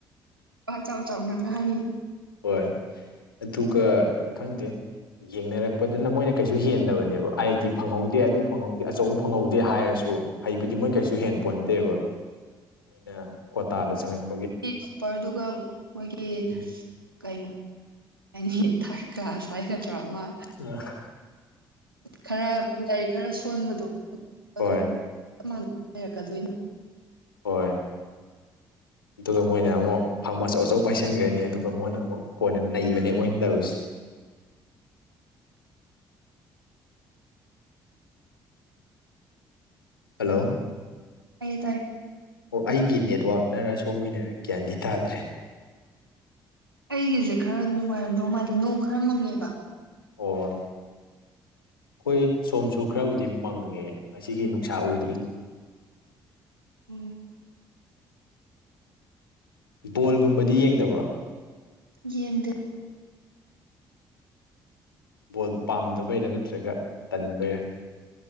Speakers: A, on the right; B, on the left.
A: ꯑ ꯆꯥꯎ ꯅꯪ ꯍꯪꯉꯤ
B: ꯍꯣꯏ ꯑꯗꯨꯒ ꯈꯪꯗꯦ ꯌꯦꯡꯅꯔꯛꯄꯗꯨꯅ ꯃꯣꯏꯅ ꯀꯩꯁꯨ ꯍꯦꯟꯗꯕꯅꯦꯕ ꯑꯥꯏ ꯑꯥꯏ ꯇꯤ ꯐꯪꯍꯧꯗꯦ ꯑꯗꯨ ꯐꯪꯍꯧꯗꯦ ꯑꯆꯧꯕ ꯐꯪꯍꯧꯗꯦ ꯍꯥꯏꯔꯁꯨ ꯍꯩꯕꯨꯗꯤ ꯃꯣꯏ ꯀꯩꯁꯨ ꯍꯦꯟ ꯄꯣꯟꯇꯦꯕ ꯃꯣꯏꯅ ꯀ꯭ꯋꯥꯇꯥꯗꯉꯛꯄ
A: ꯇꯣꯄꯔ ꯑꯗꯨꯒ ꯃꯣꯏꯒꯤ
B: ꯎꯝ
A: ꯀꯩꯅꯣ ꯑꯅꯤ ꯊꯥꯔ ꯀ꯭ꯂꯥꯁꯋꯥ ꯈꯗ꯭ꯔꯥ ꯑꯃ
B: ꯎꯝ
A: ꯈꯔ ꯂꯥꯏꯔꯤꯛ ꯈꯔ ꯁꯣꯟꯕꯗꯣ
B: ꯍꯣꯏ
A: ꯑꯗꯨꯝ ꯆꯞ ꯃꯥꯟꯅ ꯍꯥꯏꯔꯛꯀꯗꯣꯏꯅꯤ
B: ꯍꯣꯏ ꯑꯗꯨꯒ ꯃꯣꯏꯅ ꯑꯃꯨꯛ ꯐꯝ ꯑꯆꯧ ꯑꯆꯧ ꯄꯥꯏꯁꯤꯟꯈ꯭ꯔꯅꯤ ꯑꯗꯨꯒ ꯃꯣꯏꯅ ꯑꯃꯨꯛ ꯀꯣꯟꯅ ꯅꯩꯏꯕꯅꯦ ꯃꯣꯏꯅ ꯇꯧꯔꯨꯁꯦ ꯍꯜꯂꯣ
A: ꯇꯥꯌꯦ ꯇꯥꯏ
B: ꯑꯣ ꯑꯩꯒꯤ ꯅꯦꯠꯋꯥꯛꯛꯅꯔ ꯁꯣꯝꯒꯤꯅꯔ ꯒ꯭ꯌꯥꯟꯗꯤ ꯇꯥꯗ꯭ꯔꯦ
A: ꯑꯩꯒꯤꯁꯦ ꯈꯔ ꯅꯨꯡꯉꯥꯏꯔꯝꯗꯧ ꯃꯥꯜꯗꯦ ꯅꯣꯡ ꯈꯔ ꯃꯪꯉꯦꯕ
B: ꯑꯣ ꯑꯩꯈꯣꯏ ꯁꯣꯝꯁꯨ ꯈꯔꯕꯨꯗꯤ ꯃꯪꯉꯦ ꯉꯁꯤꯒꯤ ꯅꯨꯡꯁꯥ ꯎꯗ꯭ꯔꯤ
A: ꯎꯝ
B: ꯕꯣꯜꯒꯨꯝꯕꯗꯤ ꯌꯦꯡꯗꯕ꯭ꯔꯣ
A: ꯌꯦꯡꯗꯦ
B: ꯕꯣꯜ ꯄꯥꯝꯗꯕꯩꯔꯥ ꯅꯠꯇ꯭ꯔꯒ ꯇꯟꯕꯩꯔꯥ